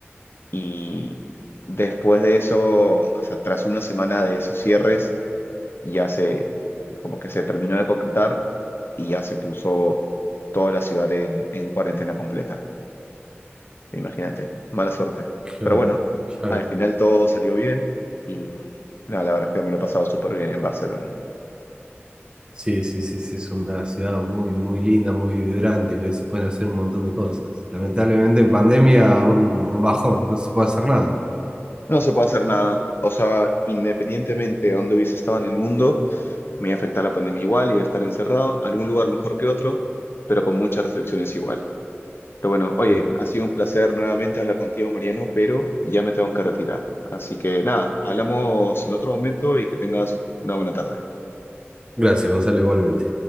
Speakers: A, on the left; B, on the right.
A: Y después de eso, o sea, tras una semana de esos cierres, ya se, como que se terminó de concretar y ya se puso toda la ciudad en, en cuarentena completa. Imagínate, mala suerte.
B: Claro,
A: Pero bueno,
B: claro.
A: al final todo salió bien y nada, la verdad es que me lo he pasado súper bien en Barcelona.
B: Sí, sí, sí, sí, es una ciudad muy, muy linda, muy vibrante, que se pueden hacer un montón de cosas. Lamentablemente en pandemia un, un bajón, no se puede hacer nada.
A: No se puede hacer nada. O sea, independientemente de dónde hubiese estado en el mundo, me iba a afectar la pandemia igual, iba a estar encerrado, algún lugar mejor que otro, pero con muchas restricciones igual. Pero bueno, oye,
B: Mm.
A: ha sido un placer nuevamente hablar contigo, Mariano, pero ya me tengo que retirar. Así que nada, hablamos en otro momento y que tengas una buena tarde.
B: Gracias, Gonzalo, igualmente.